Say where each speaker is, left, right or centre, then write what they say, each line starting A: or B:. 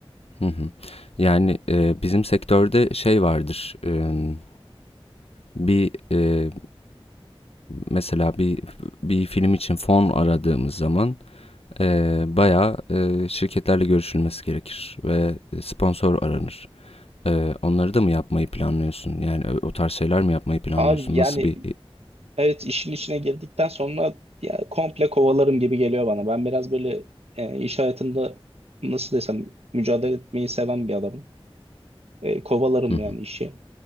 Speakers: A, on the left; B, on the right.
A: Hı hı. Yani, eee, bizim sektörde şey vardır, emm, bir, eee, mesela bir bir film için fon aradığımız zaman, eee, bayağı, eee, şirketlerle görüşülmesi gerekir ve sponsor aranır. Eee, onları da mı yapmayı planlıyorsun? Yani, ö o tarz şeyler mi yapmayı planlıyorsun?
B: Abi yani
A: Nasıl bir, iii
B: evet işin içine girdikten sonra ya, komple kovalarım gibi geliyor bana. Ben biraz böyle e, iş hayatında nasıl desem mücadele etmeyi seven bir adamım. E, kovalarım
A: Hı hı.
B: yani işi.